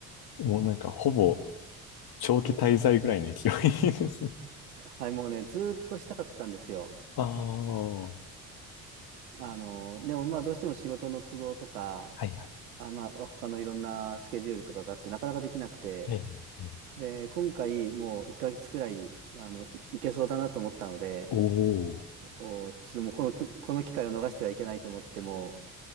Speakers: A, on the left; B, on the right.
A: もうなんかほぼ長期滞在ぐらいの勢いです。
B: はい、もうね、ずっとしたかったんですよ。
A: ああ、は
B: あの、でもまあどうしても仕事の都合とか、
A: いはい。
B: あ、まあ他のいろんなスケジュールとかがあってなかなかできなくて、
A: ええ、ええ
B: で、今回もう1ヶ月くらい、あの、いいけそうだなと思ったので、
A: お
B: お、ちょっともうこのく、この機会を逃してはいけないと思っても